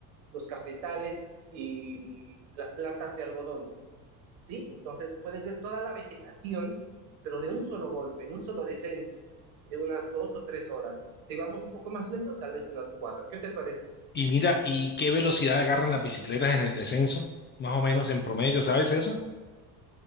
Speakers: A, on the right; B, on the left.
A: los cafetales y las plantas de algodón. ¿sí? Entonces puedes ver toda la vegetación, pero de un solo golpe, en un solo descenso, de unas dos o tres horas. Si vamos un poco más lento, tal vez unas cuatro. ¿Qué te parece?
B: Y mira, ¿y qué velocidad agarran las bicicletas en el descenso? Más o menos en promedio, ¿sabes eso?